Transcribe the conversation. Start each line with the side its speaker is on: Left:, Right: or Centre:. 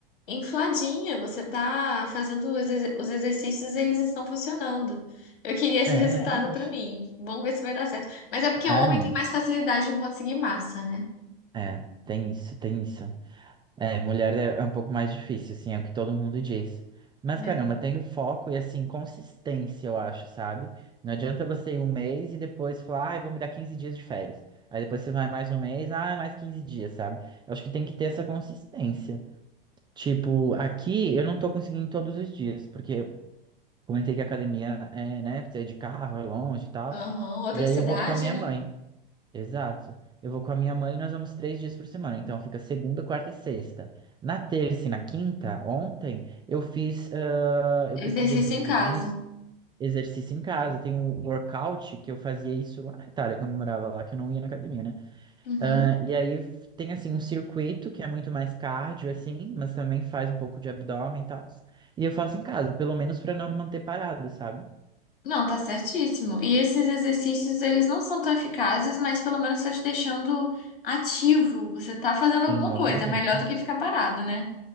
Left: infladinha, você tá fazendo os exe- os exercícios, eles estão funcionando. Eu queria esse
Right: É,
Left: É. resultado
Right: eu também acho.
Left: pra mim. Vamos ver se vai dar certo. Mas é porque
Right: Ah,
Left: homem
Right: menino.
Left: tem mais facilidade em conseguir massa, né?
Right: É, tem isso, tem isso. É, mulher é é um pouco mais difícil, assim, é o que todo mundo diz. Mas caramba,
Left: É.
Right: tendo foco e assim, consistência, eu acho, sabe? Não adianta você ir um mês e depois falar, ah, eu vou me dar 15 dias de férias. Aí depois você vai mais um mês, ah, mais 15 dias, sabe? Eu acho que tem que ter essa consistência. Tipo, aqui eu não tô conseguindo todos os dias, porque eu comentei que a academia é, né, precisa ir de carro, é longe e tal.
Left: Aham, outra
Right: E aí
Left: cidade,
Right: eu vou com a minha
Left: né?
Right: mãe. Exato. Eu vou com a minha mãe e nós vamos três dias por semana. Então fica segunda, quarta e sexta. Na terça e na quinta, ontem, eu fiz. ah, eu
Left: Exercício
Right: pesquisei uns
Left: em
Right: videozinhos,
Left: casa.
Right: exercício em casa. Tem um workout que eu fazia isso lá na Itália, quando eu morava lá, que eu não ia na academia, né?
Left: Uhum.
Right: Ah, e aí f- tem assim um circuito que é muito mais cardio, assim, mas também faz um pouco de abdômen e tal. E eu faço em casa, pelo menos para não me manter parado, sabe?
Left: Não, tá certíssimo. E esses exercícios, eles não são tão eficazes, mas pelo menos tá te deixando ativo. Você tá fazendo alguma
Right: Em movimento.
Left: coisa, melhor do que ficar parado, né?